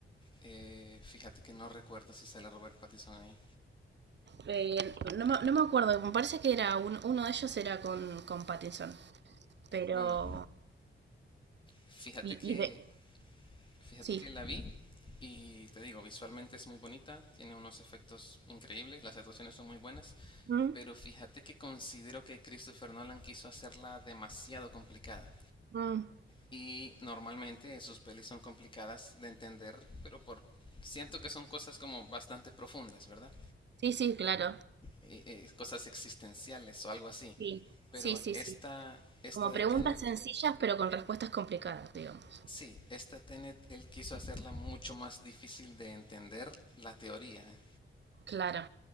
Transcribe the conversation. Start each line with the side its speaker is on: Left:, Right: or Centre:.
Left: Eh, fíjate que no recuerdo si sale Robert Pattinson ahí.
Right: Eh, no, me- no me acuerdo, me parece que era un- uno de ellos era con, con Pattinson, pero...
Left: Bueno, fíjate
Right: Y,
Left: que
Right: y de...
Left: Fíjate
Right: Sí.
Left: que la vi y te digo, visualmente es muy bonita, tiene unos efectos increíbles, las actuaciones son muy buenas,
Right: Mm,
Left: pero fíjate que considero que Christopher Nolan quiso hacerla demasiado complicada.
Right: mm.
Left: Y normalmente sus pelis son complicadas de entender, pero por siento que son cosas como bastante profundas, ¿verdad?
Right: Sí, sí, claro.
Left: Eh, eh, cosas existenciales o algo así.
Right: Sí,
Left: Pero
Right: sí, sí,
Left: esta,
Right: sí.
Left: esta
Right: Como
Left: de
Right: preguntas
Left: Tenet,
Right: sencillas, pero con respuestas complicadas, digamos.
Left: sí, esta Tenet, él quiso hacerla mucho más difícil de entender la teoría.
Right: Claro,